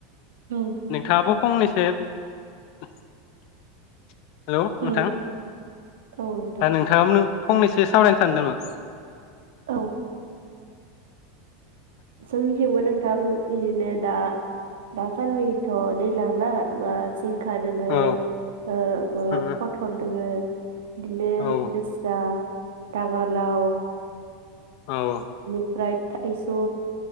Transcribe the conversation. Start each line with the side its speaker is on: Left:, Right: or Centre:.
Right: औ
Left: नोंथाङाबो फंनैसो हेलौ
Right: औ
Left: नोंथां
Right: नोंथां
Left: आ नोंथाङाबो फंनैसो सावरायनो सानो नामा
Right: औ जोंनिखैबो नों थां इदिनो दा दासान्दि थ' दैलां ना मा जिंखा दोङो
Left: औ
Right: ओ माबा
Left: उम
Right: पथल दोङो बिदिनो
Left: औ
Right: लेस्रा <unintelligible> लाव
Left: औ
Right: ओमफ्राय थाइजौ